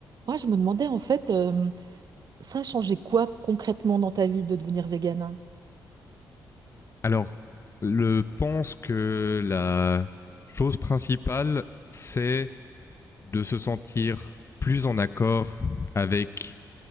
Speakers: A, on the right; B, on the left.
A: Moi, je me demandais en fait, euh, ça a changé quoi concrètement dans ta vie de devenir végane?
B: Alors, je pense que la chose principale, c'est de se sentir plus en accord avec